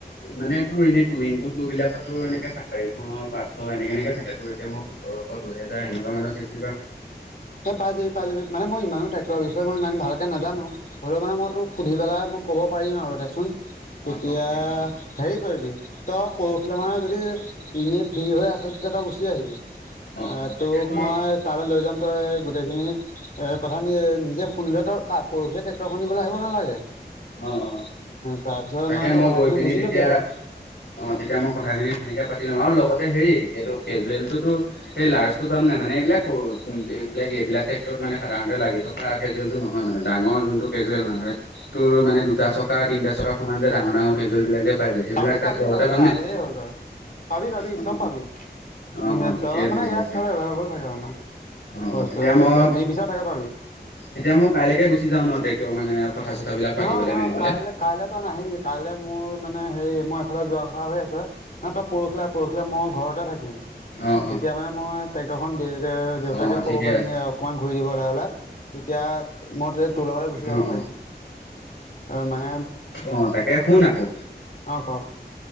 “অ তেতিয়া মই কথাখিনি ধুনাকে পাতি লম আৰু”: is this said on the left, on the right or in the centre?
Left